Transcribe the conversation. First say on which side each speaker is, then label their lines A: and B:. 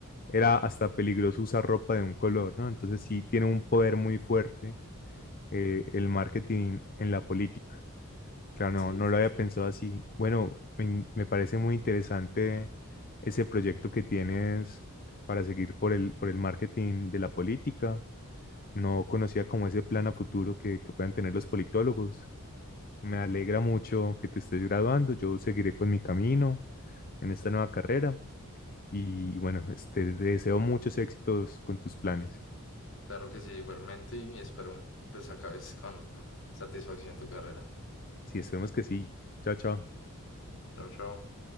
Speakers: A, on the left; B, on the left.
A: era hasta peligroso usar ropa de un color, ¿no? Entonces sí tiene un poder muy fuerte eh, el marketing en la política. Claro, no,
B: Sí,
A: no
B: sí,
A: lo había
B: sí.
A: pensado así. Bueno, me, in- me parece muy interesante ese proyecto que tienes para seguir por el, por el marketing de la política. No conocía como ese plan a futuro que, que puedan tener los politólogos. Me alegra mucho que te estés graduando. Yo seguiré con mi camino en esta nueva carrera. Y bueno, este, te deseo muchos éxitos con tus planes.
B: Claro que sí, igualmente y espero pues acabes con satisfacción tu carrera.
A: Sí, esperemos que sí. Chao, chao.
B: Chao, chao.